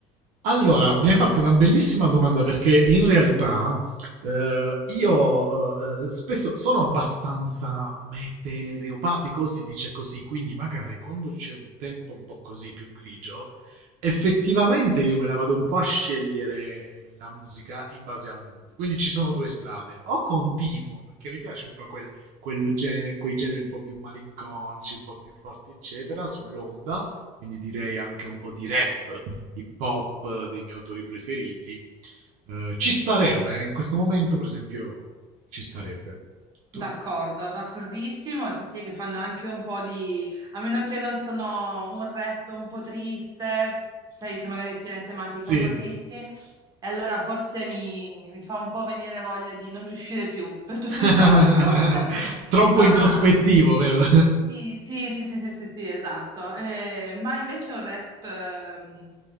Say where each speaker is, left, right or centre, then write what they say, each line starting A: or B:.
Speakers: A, on the right; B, on the right.
A: Allora, mi hai fatto una bellissima domanda perché in realtà eh, io eh, eh, spesso sono abbastanza meteoropatico, si dice così, quindi magari quando c'è un tempo un po' così più grigio, effettivamente io me la vado un po' a scegliere eh, la musica in base al mood. Quindi ci sono due strade, o continuo perché mi piace un po' quel, quel genere, quei generi un po' più malinconici, un po' più forti, eccetera, sull'onda, quindi direi anche un po' di rap hip hop dei miei autori preferiti. Eh, ci starebbe, eh, in questo momento, per esempio, ci starebbe.
B: D'accordo,
A: Tu-
B: d'accordissimo. Sì, sì, che fanno anche un po' di... A meno che non sono un rap un po' triste, sai che magari tiene tematiche
A: Sì.
B: un po' tristi, e allora forse mi, mi fa un po' venire voglia di non uscire più per tutto
A: <laughs>
B: il giorno. <laughs>
A: Troppo
B: Ma
A: introspettivo, vero?
B: sì, sì, sì, sì, sì, sì, sì, esatto. Eh, ma invece un rap ehm,